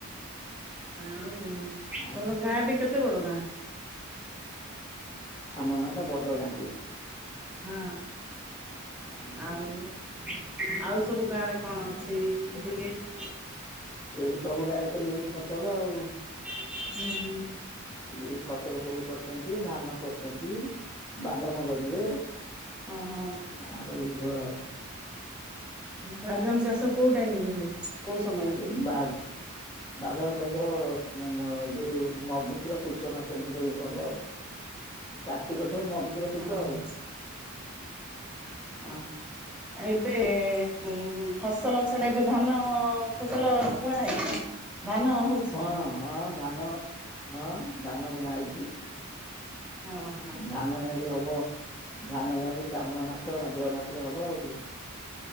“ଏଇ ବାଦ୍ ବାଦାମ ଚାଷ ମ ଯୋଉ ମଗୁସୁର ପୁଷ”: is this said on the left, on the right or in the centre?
Left